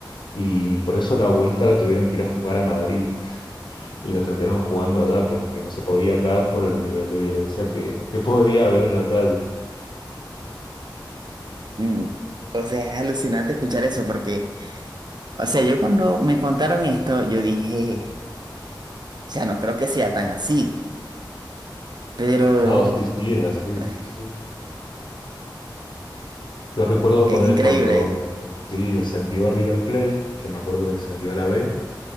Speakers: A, on the left; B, on the right.
A: Y por eso la vuelta la tuvieron que ir a jugar a Madrid, y lo terminaron jugando allá porque no se podía acá por el nivel de violencia que, que podría haber en la calle.
B: Mm, O sea, es alucinante escuchar eso porque... O sea, yo cuando me contaron esto, yo dije, o sea, no creo que sea tan así, pero
A: No, sí, sí, es así,
B: eh,
A: sí, sí. Yo recuerdo
B: es
A: ponerle
B: increíble.
A: cuando mm, sí descendió River Plate, que me acuerdo que descendió a la B,